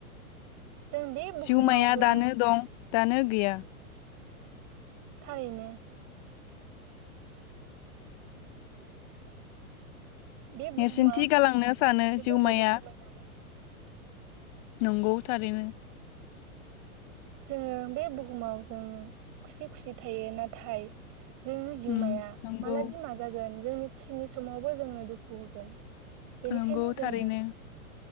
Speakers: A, on the right; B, on the left.
A: जों बे बुहुमाव
B: सिउमाया
A: जोङो
B: दानो दं दानो गैया।
A: थारैनो बे बुहुमा
B: नेरसोनथि गालांनो सानो
A: जोबोरबायदि
B: जिउमाया।
A: समायना
B: नंगौ थारैनो।
A: जोङो बे बुहुमाव जों खुसि खुसि थायो नाथाय। जोंनि जिउमाया
B: उम नंगौ
A: मालादि माजागोन जोंनि खुसिनि समावबो जोंनो दुखु होगोन। बेनिखायनो
B: नंगौ
A: जोङो।
B: थारैनो